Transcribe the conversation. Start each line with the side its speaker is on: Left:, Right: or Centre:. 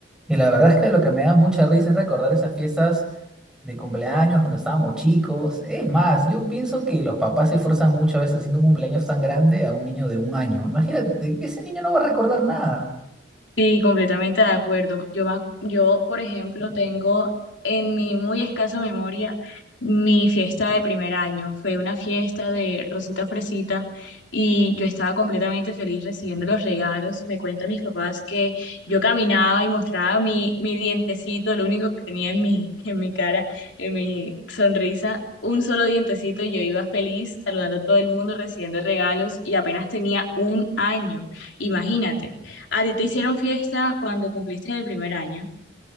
Centre: Y la verdad es que lo que me da mucha risa es recordar esas fiestas de cumpleaños cuando estábamos chicos. Es más, yo pienso que los papás se esforzan muchas veces haciendo un cumpleaños tan grande a un niño de un año. Imagínate, ese niño no va a recordar nada.
Left: Sí, completamente de acuerdo. Yo, me ac- yo, por ejemplo, tengo en mi muy escasa memoria mi fiesta de primer año. Fue una fiesta de Rosita Fresita y yo estaba completamente feliz recibiendo los regalos. Me cuentan mis papás que yo caminaba y mostraba mi, mi dientecito, lo único que tenía en mi, en mi cara, en mi sonrisa. Un solo dientecito y yo iba feliz saludando a todo el mundo, recibiendo regalos y apenas tenía un año. Imagínate. ¿A ti te hicieron fiesta cuando cumpliste el primer año?